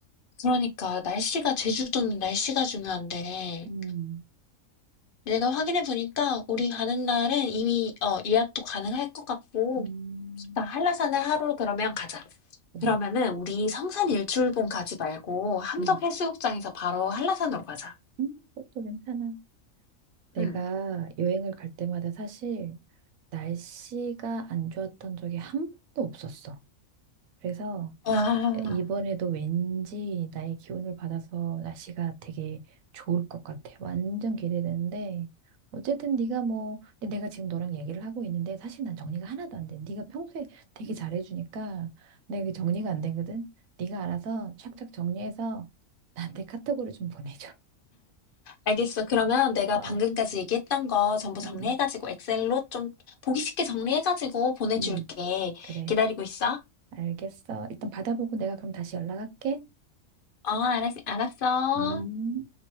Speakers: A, on the left (about 50°); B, on the right (about 85°).
A: 그러니까 날씨가 제주도는 날씨가 중요한데
B: 음,
A: 내가 확인해 보니까 우리 가는 날은 이미 어 예약도 가능할 것 같고
B: 음,
A: 나 한라산을 하루 그러면 가자.
B: 그래.
A: 그러면은 우리 성산 일출봉 가지 말고 함덕해수욕장에서
B: 음,
A: 바로 한라산으로 가자.
B: 음, 그것도 괜찮아. 내가
A: 응.
B: 여행을 갈 때마다 사실 날씨가 안 좋았던 적이 한 번도 없었어. 그래서
A: 와.
B: 이- 이번에도 왠지 나의 기운을 받아서 날씨가 되게 좋을 것 같아. 완전 기대되는데 어쨌든 네가 뭐 근데 내가 지금 너랑 얘기를 하고 있는데 사실 난 정리가 하나도 안 돼. 네가 평소에 되게 잘해주니까 내가 이게 정리가 안 되거든. 네가 알아서 착착 정리해서 나한테 카톡으로 좀 보내줘. <laughs>
A: 알겠어. 그러면 내가
B: 어,
A: 방금까지 얘기했던 거 전부 정리해가지고
B: 음,
A: 엑셀로 좀 보기 쉽게 정리해가지고 보내줄게.
B: 음, 그래.
A: 기다리고 있어.
B: 알겠어. 일단 받아보고 내가 그럼 다시 연락할게.
A: 어, 알았, 알았어.
B: 음.